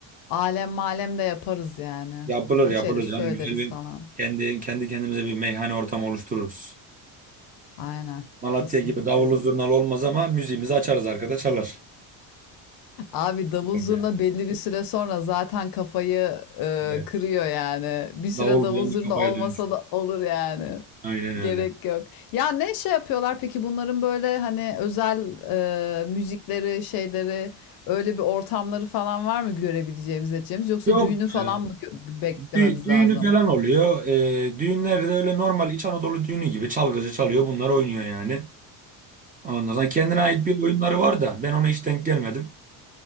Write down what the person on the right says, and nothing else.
Yapılır
yapılır
canım. Güzel bir
kendi kendi kendimize bir meyhane ortamı oluştururuz.
Malatya
gibi davullu zurnalı olmaz ama müziğimizi açarız arkada çalar.
Olur
yani.
Evet.
Davul
bir anda
kafaya
dönüşür.
Aynen öyle.
Yok
ya.
Dü- düğünü
falan oluyor. Ee, düğünlerde öyle normal İç Anadolu düğünü gibi çalgıcı çalıyor. Bunlar oynuyor yani. Ondan sonra kendine ait bir oyunları var da ben ona hiç denk gelmedim.